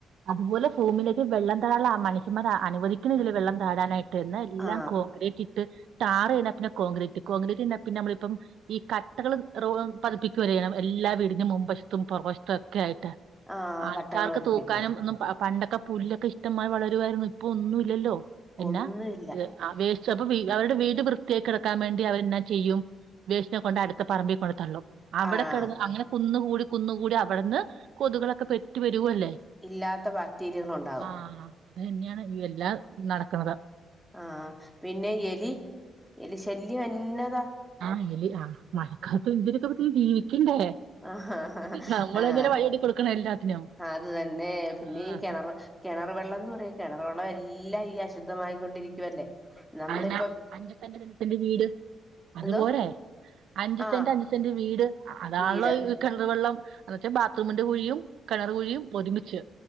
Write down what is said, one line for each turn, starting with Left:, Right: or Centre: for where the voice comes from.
Right: അതുപോലെ ഫൂമിയിലേക്ക് വെള്ളം താഴാൻ മനഷ്യന്മാർ അനുവദിക്കുന്നില്ല വെള്ളം താഴാനായിട്ട് എന്ന എല്ലാം
Centre: ആ
Right: കോൺക്രീറ്റ് ഇട്ട് ടാറ് കഴിഞ്ഞാ പിന്നെ കോൺക്രീറ്റ് കോൺക്രീറ്റ്ന്ന പിന്നെ നമ്മളിപ്പം ഈ കട്ടകള് പതിപ്പിക്കുവല്ലോ എല്ലാ വീടിൻ്റെയും മുൻ വശത്തും പുറകുവശത്തും ഒക്കെ ആയിട്ട്
Centre: ആ
Right: ആൾക്കാർക്ക്
Centre: കട്ടകൾ പതിപ്പിക്കുന്നത്
Right: തൂക് ഒന്നും പണ്ടൊക്കെ പുല്ലൊക്കെ ഇഷ്ടമാതിരി വളരുവായിരുന്നു ഇപ്പൊ ഒന്നും ഇല്ലല്ലോ പിന്നാ
Centre: ഒന്നുമില്ല
Right: ഇത് ആ വേസ് പ്പൊ അവരുടെ വീട് വൃത്തിയയായിക്കിടക്കാൻ വേണ്ടി അവരെന്നാ ചെയ്യും വസ്റ്റിനെ കൊണ്ട് അടുത്ത പറമ്പിൽ കൊണ്ടു തള്ളും അവിടെ
Centre: ആഹ്
Right: കിടന്ന് അങ്ങനെ കുന്ന് കൂടി കുന്ന് കൂടി അവിടെന്ന് കൊതുകുകളൊക്കെ പെറ്റ് പെരുകുവല്ലേ
Centre: ഇല്ലാത്ത ബാക്ടീരിയകൾ ഉണ്ടാവും
Right: ആഹ് അത് തന്നെയാണ് ഇ എല്ലാം നടക്കണത്
Centre: ആഹ് പിന്നെ എലി എലി ശല്യം എന്നതാ
Right: ആഹ് എലി ആഹ് മഴക്കാലത്ത് ഇവര്ക്കൊക്കെ ജീവിക്കണ്ടേ
Centre: ആഹ്
Right: നമ്മള് ഇങ്ങനെ വഴിയൊരുക്കി കൊടുക്കണം എല്ലാത്തിനും
Centre: അത് തന്നെ പിന്നെ
Right: ആഹ്
Centre: ഈ കെണർ കെണർ വെള്ളം എന്ന് പറയാ കെണർ വെള്ളം എല്ലാം ഈ അശുദ്ധമായിക്കൊണ്ടിരിക്കുവല്ലേ നമ്മളിപ്പം
Right: അതെന്ന അഞ്ച്സെന്റ് അഞ്ച്സെൻ്റ് വീട് അതുപോരെ
Centre: എന്തോ
Right: അഞ്ച്
Centre: ആഹ്
Right: സെന്റ് അഞ്ച് ഞ്ച് സെൻ്റ് വീട് അതാണള്ളോ
Centre: വീട്
Right: കിണർ വെള്ളം എന്ന വച്ചാ ബാത്റൂമിന്റെ കുഴിയും കിണർ കുഴിയും ഒരുമിച്ച്